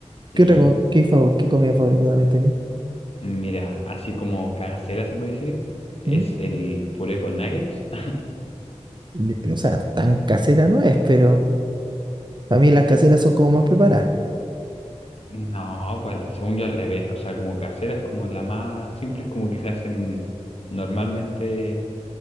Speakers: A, on the left; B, on the right.
A: Sí.
B: ¿Qué, otra co- qué, favo- qué comida favorita también tenés?
A: Mira, así como casera se puede decir, es
B: ¿Mm?
A: el puré con nuggets. <laughs>
B: Yo- O sea, tan casera no es, pero para mí las
A: Y-
B: caseras son como más preparadas.
A: No, pues según yo al revés, o sea, como casera es como la más simple, es como que se hacen normalmente